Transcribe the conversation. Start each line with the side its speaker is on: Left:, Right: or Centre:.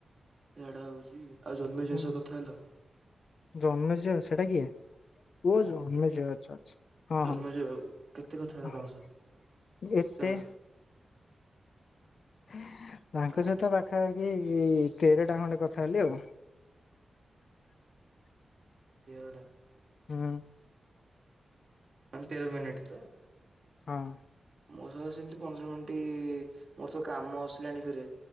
Right: ଝାଡା ହଉଛି । ଆଉ ଜନ୍ମ <unintelligible>
Left: ହୁଁ
Right: କଥା ହେଲ?
Left: ଜନ୍ମେଜୟ ସେଟା କିଏ? ଓହୋ ଆଛା ଆଛା ହଁ
Right: ଜନ୍ମେଜୟ
Left: ହଁ
Right: ବାବୁ କେତେ କଥା ହେଲ ତାଙ୍କ
Left: <inaudible>
Right: ସହ? କେତେ
Left: ଏତେ--।
Right: ସମୟ?
Left: <inaudible> ତାଙ୍କ
Right: ଆହା
Left: ସହିତ ପାଖାପାଖି ଏ ତେର ଟା ଖଣ୍ଡେ କଥା ହେଲି ଆଉ ।
Right: ତେରଟା ।
Left: ହଁ ।
Right: ହ ମାନ ତେର ମିିନିଟ ତ?
Left: ହଁ ।
Right: ମୋ ସହହିତ ସେମିତି ପନ୍ଦର ମିନିଟ୍, ମୋର ତ କାମ ଆସିଲାଣି ଫରେ